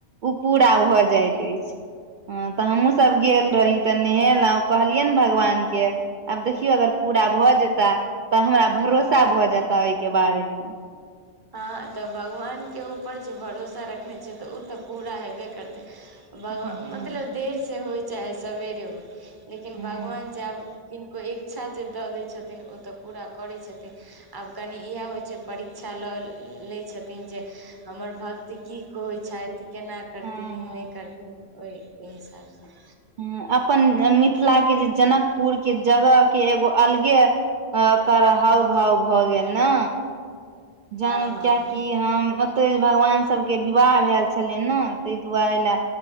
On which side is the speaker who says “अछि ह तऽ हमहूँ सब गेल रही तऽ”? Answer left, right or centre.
Right